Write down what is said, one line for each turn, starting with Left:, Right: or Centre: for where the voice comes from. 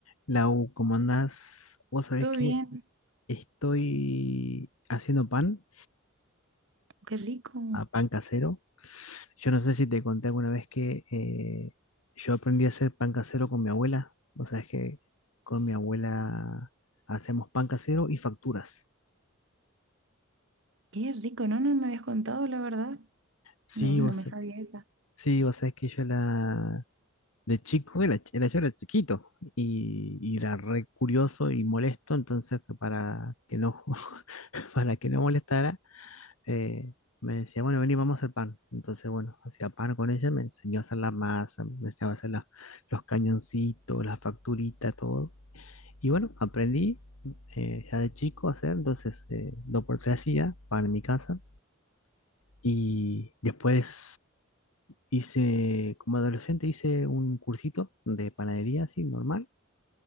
Left: Lau, ¿cómo andás? Vos sabés
Right: Todo
Left: que
Right: bien,
Left: estoy haciendo pan,
Right: qué rico,
Left: a pan casero. Yo no sé si te conté alguna vez que eh, yo aprendí a hacer pan casero con mi abuela. Vos sabés que con mi abuela hacemos pan casero y facturas.
Right: qué rico, no, no me habías contado la verdad,
Left: Sí,
Right: no, no
Left: vos,
Right: me
Left: sa-
Right: sabía esa.
Left: sí, vos sabés que yo la... De chico, era, ch- era- yo era chiquito y, y era re curioso y molesto, entonces para que no, <laughs> para que no molestara eh, me decía, bueno, vení, vamos a hacer pan. Entonces, bueno, hacía pan con ella, me enseñó a hacer la masa, me enseñaba a hacer la- los cañoncitos, las facturitas, todo. Y bueno, aprendí eh, ya de chico a hacer, entonces eh, dos por tres hacía pan en mi casa. Y después hice, como adolescente, hice un cursito de panadería, así, normal.